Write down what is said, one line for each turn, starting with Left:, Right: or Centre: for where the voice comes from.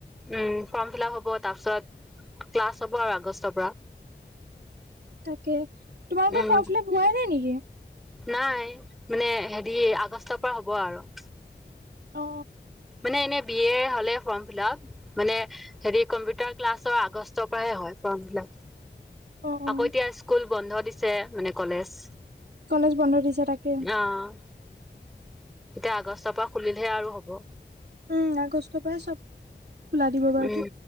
Centre: উম ফৰ্ম ফিলআপ হ'ব তাৰ পিছত ক্লাছ হ'ব আৰু আগষ্টৰ পৰা
Right: তাকে তোমালোকৰ
Centre: উম
Right: ফৰ্ম ফ্লাপ্ হোৱাই নাই নিকি
Centre: নাই মানে হেৰি আগষ্টৰ পৰা হ'ব আৰু
Right: অ
Centre: মানে এনে বি এৰ হলে ফৰ্ম ফিলপ মানে হেৰি কম্পিউটাৰ ক্লাছৰ আগষ্টৰ পৰাহে হয় ফৰ্ম ফিলআপ
Right: অ অ
Centre: আকৌ এতিয়া স্কুল বন্ধ দিছে মানে কলেজ
Right: কলেজ বন্ধ দিছে তাকে
Centre: অ এতিয়া আগষ্টৰ পৰা খুলিলেহে আৰু হ'ব
Right: উম আগষ্টৰ পৰাই চব খোলা দিব বাৰুতো
Centre: উম।